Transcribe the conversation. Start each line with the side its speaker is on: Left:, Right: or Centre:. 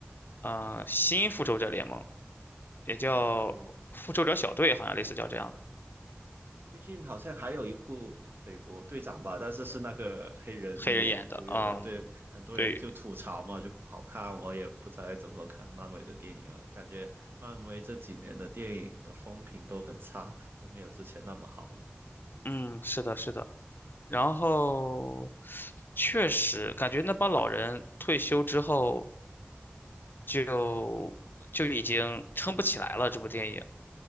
Left: 嗯，新复仇者联盟，也叫复仇者小队，
Right: 哦对。
Left: 好像类似叫这样的，
Right: 最近好像还有一部美国队长吧，但是是那个黑人演主演的，
Left: 黑人演的，嗯，
Right: 对，很多人就吐槽嘛，
Left: 对，
Right: 就不好看。我也不再怎么看漫威的电影了，感觉漫威这几年的电影的风评都很差，都没有之前那么好了。
Left: 嗯，是的，是的。然后确实感觉那帮老人退休之后就就已经撑不起来了，这部电影。